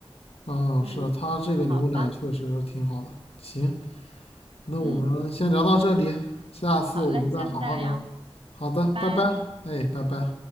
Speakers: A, on the left; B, on the right.
A: 嗯，
B: 嗯，
A: 是它这个牛奶确实是挺好的。
B: 好吧，
A: 行，那我们先聊到这里，
B: 嗯，
A: 下次我们再好好聊。
B: 好嘞，下次再聊，
A: 好的，
B: 拜拜。
A: 拜拜，哎，拜拜。